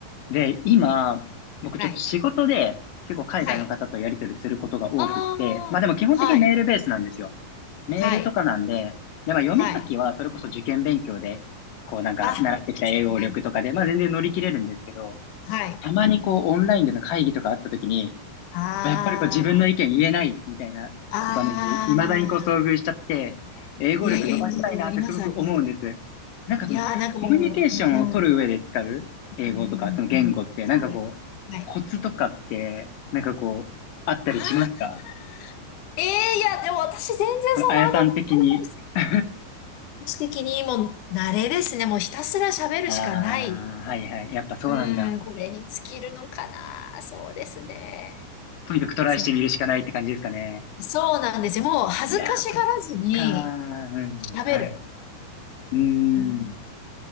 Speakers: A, on the left (about 55°); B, on the left (about 75°).
A: で、今、僕ちょっと仕事で結構海外の方とやり取りすることが多くって、
B: はい。はい。ああ、
A: まあでも基本的にメールベースなんですよ。
B: はい。
A: メールとかなんで、
B: はい。
A: で、まあ読み書きはそれこそ受験勉強で、
B: はい。
A: こうなんか習ってきた英語力とかで、
B: あ、いいですね。
A: まあ全然乗り切れるんですけど、
B: はい。
A: たまにこうオンラインでの会議とかあった時に、
B: ああ。
A: こうやっぱりこう自分の意見言えないみたいなこう場面に未だにこう遭遇しちゃって、
B: ああ、
A: 英語力伸ばしたいなってすごく思うんです。
B: いやいやいやいや、あります、あります。
A: なんかその、
B: いやー、なんかもう、
A: コミュニケーションを取る上で使う英語とか、
B: うん、うん、うん。うん
A: その言語って、なんかこう、
B: はい、はい。
A: コツとかって、なんかこう、あったりしますか
B: ああ、ええいや、でも私全然そんなアド、
A: そのあやさん的に。
B: アドバ
A: <laughs> あ
B: イス的にもう、慣れですね。もうひたすら喋るしかない。
A: あ、はいはい。やっぱそうなんだ。
B: うん、これに尽きるのかな。そうですね。
A: とにかくトライしてみるしかないって感じですかね。
B: そう、そうなんですよ。もう恥ずかしがらずに
A: いやー、そっかー。うん。
B: 喋る。
A: はい。うーん。
B: うん、